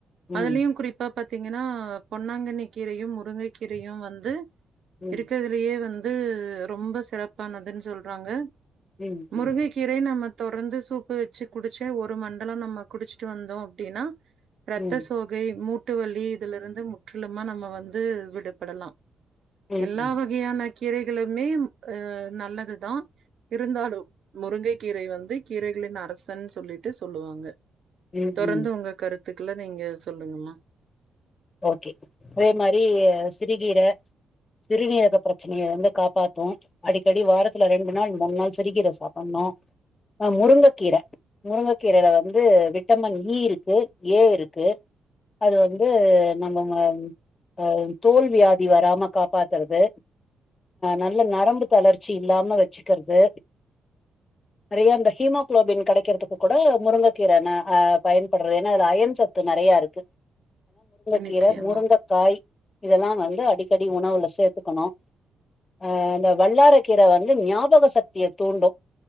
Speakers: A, on the left; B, on the right.
A: ம்
B: அதுலயும் குறிப்பா பாத்தீங்கன்னா பொன்னாங்கண்ணி கீரையும் முருங்கை கீரையும் வந்து
A: ம்
B: இருக்கதுலயே வந்து து ரொம்ப சிறப்பானது துனு சொல்றாங்க
A: ம் ம்
B: முருங்கை கீரை நம்ம தொடர்ந்து சூப்பு வச்சு குடிச்சே ஒரு மண்டலம் நம்ம குடிச்சிட்டு வந்தோம் அப்படின்னா இரத்த
A: ம்
B: சோகை மூட்டு முட்டுவலி இதுல இருந்து முற்றிலுமா நம்ம வந்து விடுபடலாம்
A: ம்
B: எல்லா
A: ம்
B: வகையான கீரைகளுமே அஹ் நல்லதுதான் இருந்தாலும் முருங்கை கீரை வந்து கீரைகளின் அரசன்னு சொல்லிட்டு சொல்லுவாங்க
A: ம்
B: தொடர்ந்து
A: ம்
B: உங்க கருத்து த்துக்குள்ள நீங்க சொல்லுங்கம்மா
A: ஓகே அதே மாதிரி சிறுகீரை சிறுநீரக பிரச்சனைய வந்து காப்பாத்தும் அடிக்கடி வாரத்துல ரெண்டு நாள் மூணு நாள் சிறுகீரை சாப்பிடணும் ஆஹ் முருங்கைக்கீரை முருங்கைக்கீரையில வந்து விட்டமின் இ இருக்கு ஏ இருக்கு அது வந்து நம்ம அ தோல் வியாதி வராம காப்பாத்துறது நல்ல நரம்பு தளர்ச்சி இல்லாம வச்சுக்கிறது நெறைய அ ஹீமோகுளோபின் கிடைக்கிறதுக்கு கூட முருங்கைக்கீரை் பயன்படுறது ஏன்னா அயன்சத்து நெறைய இருக்கு கீர
B: நிச்சயமா.
A: முருங்கக்காய் இதெல்லாம் வந்து அடிக்கடி உணவுல சேர்த்துக்கணும் அஹ் இந்தந்த வல்லாரக்கீரை வந்து ஞாபக சக்தியை தூண்டும்